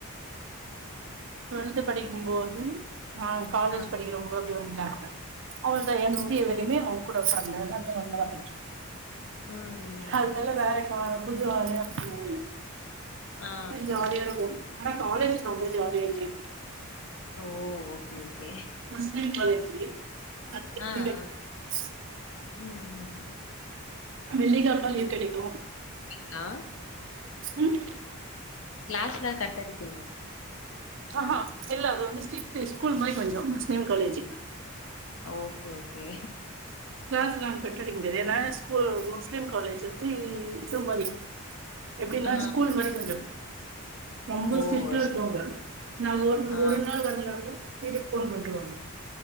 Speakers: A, on the left; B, on the right.
A: <inaudible>
B: டுவெல்த் படிக்கும்போது ஆ காலேஜ்
A: ஆ.
B: படிக்கிறவங்க அப்டி வந்டாங்க அவளோட எம்
A: ஓ!
B: சி ஏ எதையுமே அவுங்கூட ஃப்ரெண்டு எல்லாமே ஒண்ணாத இருந்துச்சு
A: ம்.
B: அதனால வேலைக்கு வாங்க புது ஆளுங்க அப்டின்னு இல்ல
A: ஆ,
B: ஜாலியா
A: ஆ.
B: போணோ ஆனா காலேஜ் செம ஜாலியா என்ஜாய் பண்ணோ
A: ஓ! Okay, okay.
B: முஸ்லிம் காலேஜு <unintelligible>
A: ஆ, ஆ. ம்
B: வெள்ளிக்கிழம லீவ் கெடைக்கு
A: க்கீங்ளா
B: ம்
A: கிளாஸ்ல கட் அடிப்பீங்ளா
B: ஆஹ்ஹ் இல்ல அது வந்து ஸ்ட்ரீட் ஸ்கூல் மாறி கொஞ்சோ Muslim college
A: okay okay
B: class நாங்க கட்டடிக்க முடியாது ஏனா ஸ்கூல் முஸ்லிம் காலேஜ் வந்து இது மாரி எப்டினா
A: ஆ.
B: ஸ்கூல் மாரி கொஞ்சோ ரொம்ப
A: ஓ!
B: ஸ்ட்ரீடா இருப்பாங்க
A: ஸ்
B: நா ஒரு
A: ஆ.
B: ஒரு நாள் வர்லனா கூட வீட்டுக்கு போன் பண்ட்ருவாங்க